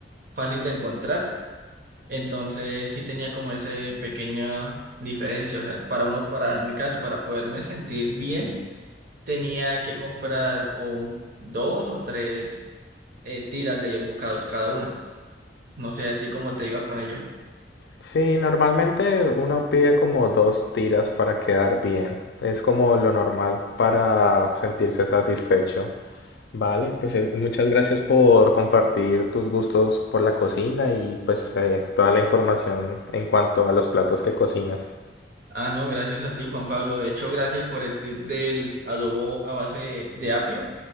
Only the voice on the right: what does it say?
fácil de encontrar. Entonces sí tenía como esa pequeña diferencia. O sea, para uno, para, en mi caso, para poderme sentir bien, tenía que comprar o un- dos o tres eh, tiras de 10 bocados cada una. No sé a ti cómo te iba con ello.
Ah, no, gracias a ti, Juan Pablo. De hecho, gracias por el tip del adobo a base de, de apio,